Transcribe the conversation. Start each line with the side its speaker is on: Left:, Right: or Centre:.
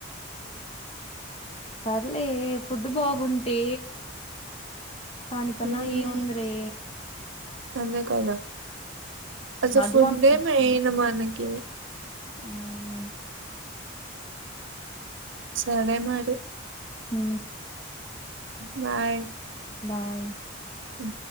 Left: సర్లే ఫుడ్ బాగుంటే దాని కన్నా
Right: హ్మ్.
Left: ఏముందిలే
Right: అదే కదా అసలు
Left: అడ్వాన్స్
Right: ఫుడే
Left: తీసుకుం
Right: మెయిన్ మనకి
Left: అవును
Right: సరే మరి
Left: హ
Right: బాయ్
Left: బాయ్
Right: కును